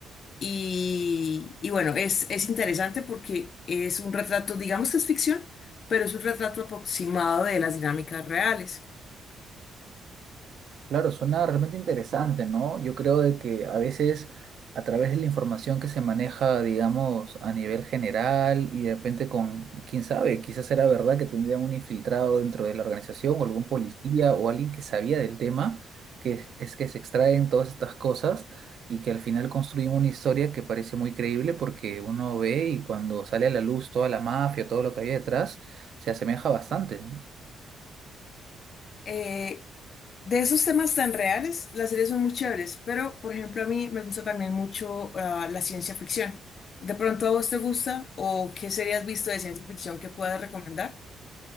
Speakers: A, on the left; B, on the right.
A: Y, y bueno, es, es interesante porque es un retrato, digamos que es ficción, pero es un retrato aproximado de las dinámicas reales.
B: Claro, suena realmente interesante, ¿no? Yo creo de que a veces a través de la información que se maneja, digamos, a nivel general y de repente con, quién sabe, quizás era verdad que tendría un infiltrado dentro de la organización o algún policía o alguien que sabía del tema, que es, es que se extraen todas estas cosas y que al final construyen una historia que parece muy creíble porque uno ve y cuando sale a la luz toda la mafia, todo lo que había detrás, se asemeja bastante.
A: eh, de esos temas tan reales, las series son muy chéveres, pero por ejemplo a mí me gusta también mucho ah, la ciencia ficción. ¿De pronto a vos te gusta o qué serie has visto de ciencia ficción que puedas recomendar?